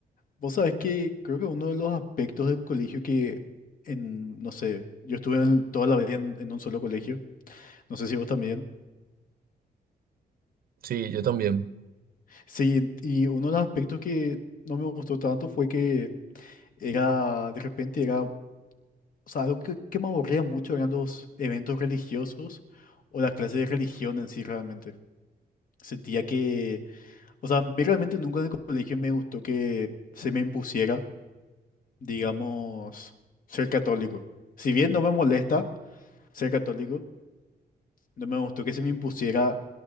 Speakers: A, on the left; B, on the right.
A: vos sabés que creo que uno de los aspectos del colegio que, en, no sé, yo estuve en- toda la vida en, en un solo colegio, no sé si vos también.
B: Sí, yo también.
A: Sí, y uno de los aspectos que no me gustó tanto fue que era, de repente, era O sea, algo que, que me aburría mucho eran los eventos religiosos o la clase de religión en sí realmente. Sentía que, o sea, a mí realmente nunca en el colegio me gustó que se me impusiera, digamos, ser católico. Si bien no me molesta ser católico, no me gustó que se me impusiera